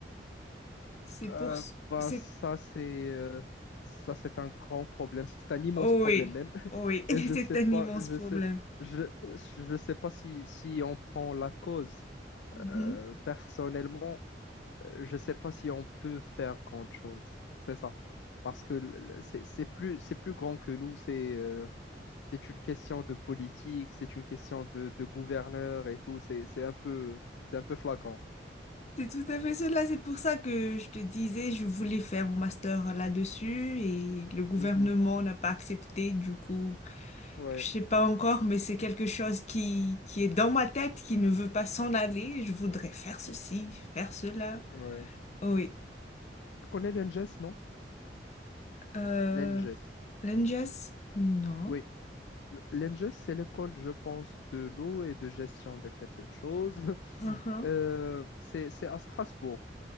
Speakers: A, on the left; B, on the left.
A: C'est pour...
B: Euh,
A: ce-
B: bah,
A: C'est...
B: ça, c'est euh, ça, c'est un grand problème. C'est un immense
A: Oh
B: problème
A: oui,
B: même. <laughs>
A: oh oui, <laughs>
B: Et je
A: c'est
B: sais
A: un
B: pas,
A: immense
B: je
A: problème.
B: sais, je, je sais pas si, si on prend la cause.
A: Mhm.
B: Euh, personnellement, euh, je sais pas si on peut faire grand chose. C'est ça. Parce que le- le- c'est c'est plus, c'est plus grand que nous. C'est euh, c'est une question de politique, c'est une question de, de gouverneur et tout. C'est c'est un peu, c'est un peu flagrant.
A: C'est tout à fait cela. C'est pour ça que je te disais, je voulais faire mon master là-dessus et le gouvernement
B: Mhm.
A: n'a pas accepté. Du coup,
B: Ouais,
A: Je sais pas encore, mais c'est quelque chose qui, qui est dans ma tête, qui ne veut pas s'en aller. Je voudrais faire ceci, faire cela.
B: ouais.
A: Oui.
B: Tu connais l'ENGES, non?
A: Euh,
B: L'ENGES.
A: Langes? Non.
B: Oui, l'ENGES, c'est l'école, je pense, de l'eau et de gestion de quelque chose. <laughs>
A: Uhum.
B: Euh, c'est, c'est à Strasbourg.